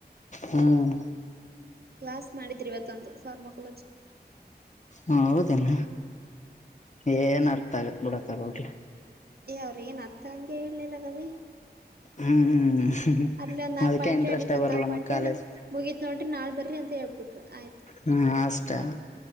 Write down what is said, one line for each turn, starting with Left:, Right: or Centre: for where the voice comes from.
Left: ಹ್ಮ್
Right: ಕ್ಲಾಸ್ ಮಾಡಿದ್ರಿ ಇವತ್ತೊ ಒಂದು ಫಾರ್ಮಾಕಲಜಿ
Left: ಹ ಹೌದೇನ ಏನ್ ಅರ್ಥ ಆಗ ಬಿಡಕ್ಕಗೋಗಲಿ
Right: ಏ ಅವ್ರ ಏನ್ ಅರ್ಥ ಹಂಗೆ ಹೇಳಲಿಲ್ಲ ಗವಿ
Left: ಹ್ಮ್
Right: ಅಲ್ಲಿ ಒಂದ್ ನಲ್ಕ್
Left: ಅದಕ್ಕೆ
Right: ಪಾಯಿಂಟ್
Left: ಇಂಟ್ರೆಸ್ಟ್
Right: ಹೇಳಡಿ ಇಲ್ಲಿ ಒಂದ
Left: ಬರಲ್ಲ
Right: ನಾಕಕ್ ಪ್ಟ್
Left: ನಮಗ್
Right: ಹೇಳೆ
Left: ಕಾಲೇಜ್
Right: ಮುಗಿತತ್ ನೋಡ್ರಿ ನಾಳ ಬರ್ರಿ ಅಂತ ಹೇಳ್ಬಿಟ್ರು ಆಯ್ತು
Left: ಹ್ಮ ಆಷ್ಟೆ